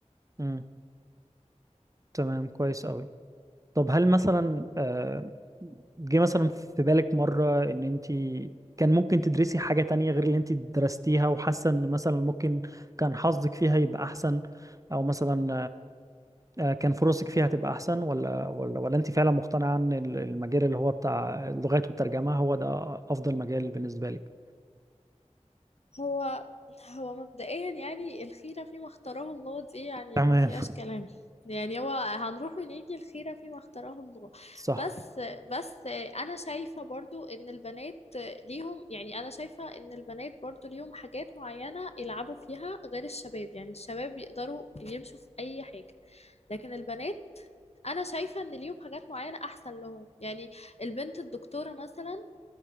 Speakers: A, on the right; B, on the left.
A: مم. تمام كويس قوي طب هل مثلا آه، جه مثلا في بالك مرة ان انت كان ممكن تدرسي حاجة تانية غير اللي انت درستيها وحاسة ان مثلا ممكن كان حظك فيها يبقى احسن او مثلا آه، كان فرصك فيها تبقى احسن ولا ولا ولا انت فعلا مقتنعة ان ال- المجال اللي هو بتاع اللغات والترجمة هو ده افضل مجال بالنسبة لك
B: هو هو مبدئيا يعني الخيرة فيما اختاره الله دي يعني
A: تمام
B: ما فيهاش
A: <laughs>
B: كلام يعني هو هنروح ونيجي الخيرة فيما اختاره الله
A: صح
B: بس بس أنا شايفة برضو إن البنات ليهم يعني أنا شايفة إن البنات برضو ليهم حاجات معينة يلعبوا فيها غير الشباب يعني الشباب يقدروا يمشوا في أي حاجة لكن البنات أنا شايفة إن ليهم حاجات معينة أحسن لهم يعني البنت الدكتورة مثلا